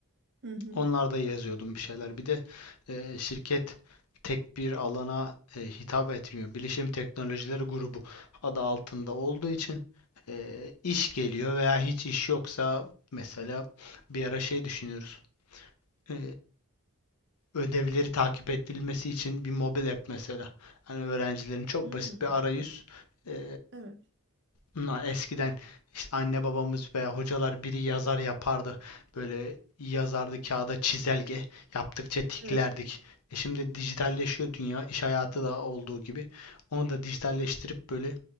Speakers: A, on the right; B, on the left.
A: Hı hı.
B: Onlarda yazıyordum bir şeyler. Bir de e, şirket tek bir alana e, hitap etmiyor. Bilişim Teknolojileri Grubu adı altında olduğu için e, iş geliyor veya hiç iş yoksa mesela bir ara şey düşünüyoruz. E, ödevleri takip edilmesi için bir mobil app mesela. Yani öğrencilerin çok
A: Hmm.
B: basit bir arayüz e,
A: Evet.
B: Na- Eskiden işte anne babamız veya hocalar biri yazar yapardı. Böyle yazardı kağıda çizelge. Yaptıkça tiklerdik.
A: Evet.
B: E şimdi dijitalleşiyor dünya. iş hayatı da olduğu gibi. Onu da dijitalleştirip böyle